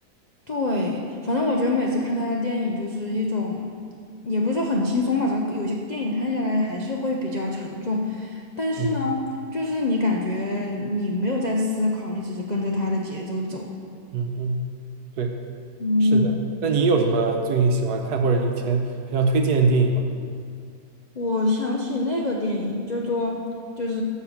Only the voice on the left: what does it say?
对，反正我觉得每次看他的电影就是一种，也不是说很轻松吧，这个有些电影看下来还是会比较沉重，但是呢，
就是你感觉你没有在思考，你只是跟着他的节奏走。
嗯，
我想起那个电影，就做就是